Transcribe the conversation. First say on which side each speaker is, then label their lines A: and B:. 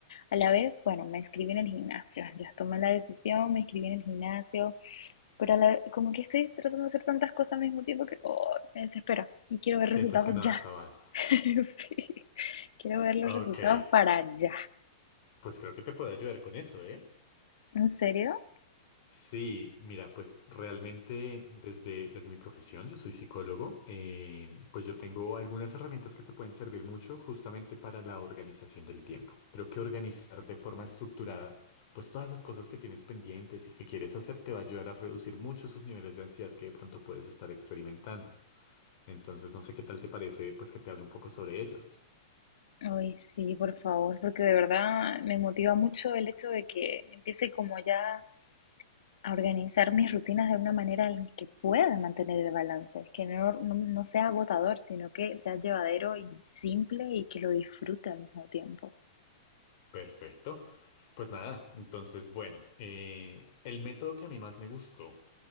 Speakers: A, on the left (about 80°); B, on the left (about 40°).
A: A la vez, bueno, me inscribí en el gimnasio, <laughs> ya tomé la decisión, me inscribí en el gimnasio, pero a la- como que estoy tratando de hacer tantas cosas al mismo tiempo que oh, me desespero y quiero ver resultados
B: Sientes que no
A: ya.
B: das abasto.
A: <laughs> Sí, quiero ver los
B: Ok.
A: resultados para ya.
B: Pues creo que te puedo ayudar con eso, ¿eh?
A: ¿En serio?
B: Sí, mira, pues realmente desde, desde mi profesión, yo soy psicólogo, eh, pues yo tengo algunas herramientas que te pueden servir mucho justamente para la organización del tiempo. Creo que organizar de forma estructurada, pues todas las cosas que tienes pendientes y que quieres hacer te va a ayudar a reducir mucho esos niveles de ansiedad que de pronto puedes estar experimentando. Entonces, no sé qué tal te parece, pues que te hable un poco sobre ellos.
A: Ay, sí, por favor, porque de verdad me motiva mucho el hecho de que empiece como ya a organizar mis rutinas de una manera en que pueda mantener el balance, que no, no, no sea agotador, sino que sea llevadero y simple y que lo disfrute al mismo tiempo.
B: Perfecto. Pues nada, entonces, bueno, eh, el método que a mí más me gustó,